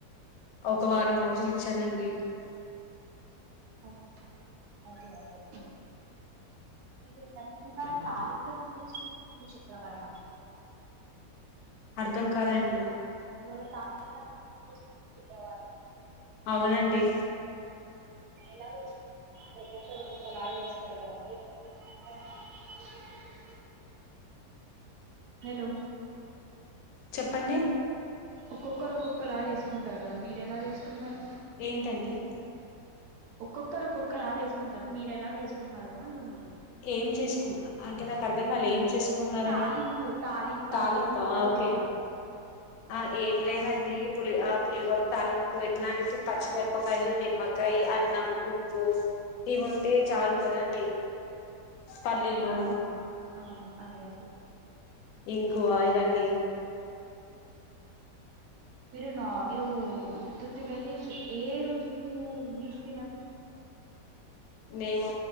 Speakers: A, on the left; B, on the right.
A: ఒక వారం రోజులు ఇచ్చానండి
B: ఓ అదే అదే ఇక ఇవాళ తాలింపు ఎందుకు చేసుకున్నారండి శుక్రవారం అన
A: అర్థం కాలేదు అండి
B: ఇవాళ తాలింపు ఎందుకు చెస్ శుక్రవారం
A: అవునండి
B: ఎలా జేస్తారు అంటే ఒక్కొకరు ఒక్కోలా జేస్తారు కదా అంటె మీరెలా జేస్తార హలో
A: చెప్పండి
B: ఒక్కొక్కరు ఒక్కొక్క లా జేస్తారు కదా మీరు ఎలా చేసుకున్నారు
A: ఏంటండి
B: ఒక్కొక్కరు ఒక్కొక్కరలా చేసుకుంటారు మీరెలా చేసుకున్నారు అంటున్నాను
A: ఏం చేసుకు అంటే నాకు అర్ధం కాలే ఏం చేసుకున్నారని
B: తాలింపు తాలింపు
A: తాలింప
B: అన్నం ఒక్కొక్కరు
A: ఓకే
B: ఒక్కొక్క
A: ఆ ఏం
B: ఆ
A: లేదండి పులి ఆ పులిహోర తాలింప్ ఉప్పు ఎట్లాంటి పచ్చిమిరపకాయలు నిమ్మకాయ అన్నం ఉప్పు ఇవి ఉంటే చాలు కదండి పల్లీలు
B: ఆహా అ అదే అదే
A: ఇంగోవ అవన్నీ
B: మీరు నా మీరు ఉత్తితీగాయితే ఏ రోజు మీరు నీస్ తినరు
A: మేము